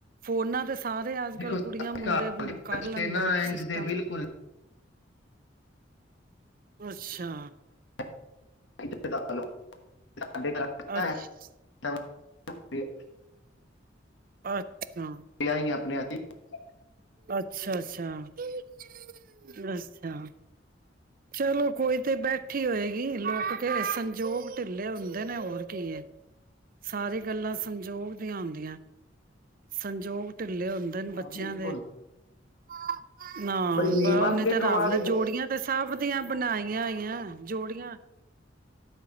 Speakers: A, on the right (about 50°); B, on the left (about 70°).
A: ਫੋਨਾਂ ਤੇ ਸਾਰੇ ਅੱਜ
B: ਦੇਖੋ
A: ਕੱਲ੍ਹ
B: ਸਾਡੇ
A: ਕੁੜੀਆਂ ਮੁੰਡੇ
B: ਘਰ
A: ਕਰ
B: ਬੱਚੇ
A: ਲੈਂਦੇ
B: ਨਾ
A: ਨੇ ਸਿਸਟਮ
B: ਇੰਜ ਦੇ ਬਿਲਕੁਲ
A: ਅੱਛਾ
B: <inaudible> ਲੋ <unintelligible>
A: ਅੱਛਾ
B: <unintelligible>
A: ਅੱਛਾ
B: ਵਿਆਹੀ <unintelligible>
A: ਅੱਛਾ ਅੱਛਾ ਅੱਛਾ ਚਲੋ ਕੋਈ ਤੇ ਬੈਠੀ ਹੋਏਗੀ ਲੋਕ <unintelligible> ਕ ਸੰਜੋਗ ਢਿੱਲੇ ਹੁੰਦੇ ਨੇ ਹੋਰ ਕੀ ਐ ਸਾਰੀ ਗੱਲਾਂ ਸੰਜੋਗ ਦੀਆਂ ਹੁੰਦੀਆਂ। ਸੰਜੋਗ ਢਿੱਲੇ ਹੁੰਦੇ ਨੇ
B: ਹਾਂ
A: ਬੱਚਿਆਂ
B: ਬਿਲਕੁਲ
A: ਦੇ <unintelligible> ਨਾ
B: ਕੋਈ ਨਹੀਂ
A: ਬ
B: ਬਸ
A: ਓਨੀ
B: ਦੇਖੋ
A: ਤੇ ਰਾਮ
B: ਆ
A: ਨੇ
B: ਵੀ
A: ਜੋੜੀਆਂ ਤੇ ਸਭ ਦੀਆਂ ਬਣਾਈਆਂ ਹੋਈਆਂ। ਜੋੜੀਆਂ